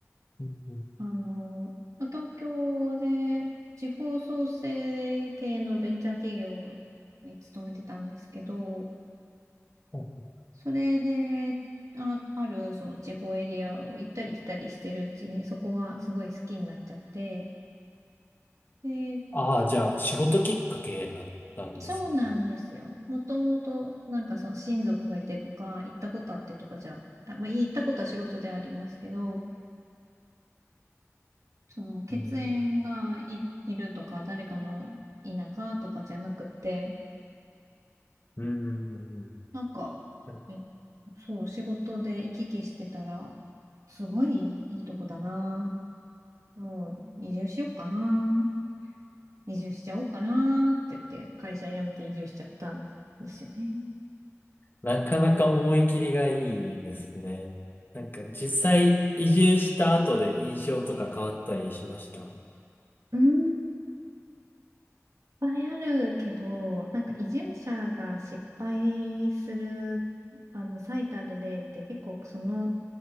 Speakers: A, on the left (about 40°); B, on the right (about 85°).
A: うんうん
B: あの、まあ東京で地方創生系のベンチャー企業に勤めてたんですけど、
A: うん
B: それで、あ、あるその地方エリアを行ったり来たりしてるうちに、そこがすごい好きになっちゃって、で、
A: ああ、じゃあ仕事きっかけだったんですね。
B: そうなんですよ。もともと、なんかその親族がいてとか、行ったことあってとかじゃ、あ、まあ、行ったことは仕事でありますけど、その血縁がい、
A: うん
B: いるとか、誰かの田舎とかじゃなくて、
A: うん
B: なんか、
A: なんか
B: え、そう、仕事で行き来してたら、すごいいいとこだな。もう移住しようかな。移住しちゃおうかなって言って、会社辞めて移住しちゃったんですよね。
A: なかなか思い切りがいいですね。なんか実際移住した後で印象とか変わったりしました
B: うんぱいあるけど、なんか移住者が失敗する、あの、最たる例って結構その、